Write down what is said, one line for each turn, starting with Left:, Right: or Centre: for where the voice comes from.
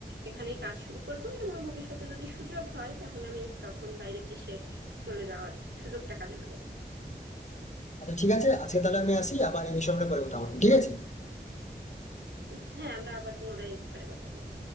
Right: এখানেই কাজ শুরু করব এবং ভবিষ্যতে যদি সুযোগ হয় তাহলে আমি তখন বাইরের দেশে চলে যাওয়ার সুযোগটা কাজে লাগাবো
Left: আচ্ছা ঠিক আছে আজকে তাহলে আমি আসি আবার এই বিষয়ে আমরা পরে কথা হবে ঠিক আছে
Right: উম, হ্যাঁ আমরা আবার পুনরায় এই ব্যাপারে কথা বলবো